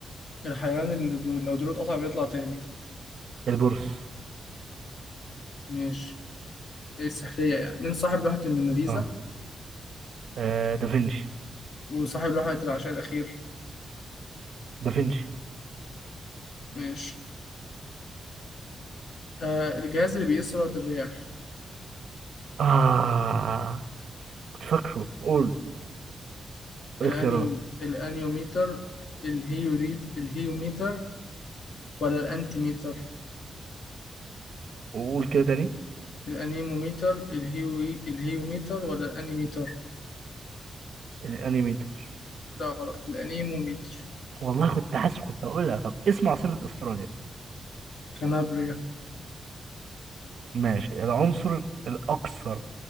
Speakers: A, on the left; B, on the right.
A: الحيوان اللي دو... لو ديله اتقطع بيطلع تاني
B: البورصة
A: ماشي إيه السحرية يعني مين صاحب لوحة الموناليزا
B: اه, آه دافنشي
A: وصاحب لوحة العشاء الأخير
B: دافنشي
A: ماشي آه الجهاز اللي بيقيس سرعة الرياح
B: اه كنت فاكره قول قول
A: الأنيو
B: اختيارات
A: الأنيوميتر الهيوريت الهيوميتر ولا الأنتيميتر
B: وقول كده تاني
A: الانيموميتر الهيوي الهيوميتر ولا الانيميتر
B: الانيميتر
A: لا غلط الانيموميتر
B: والله كنت حاسس كنت هقولها طب اسم عاصمة استراليا
A: كنابريا
B: ماشي العنصر الأكثر